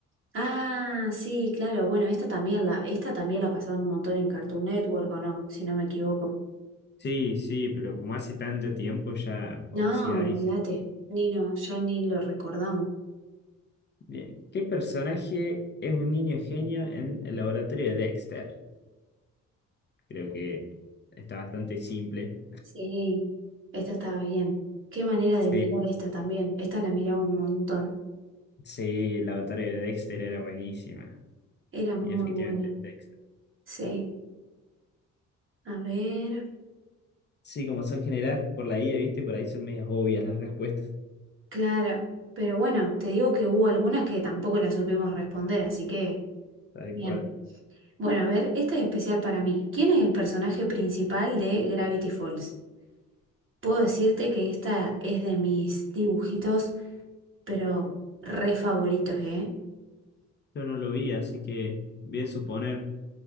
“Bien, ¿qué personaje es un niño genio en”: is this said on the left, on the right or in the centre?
Left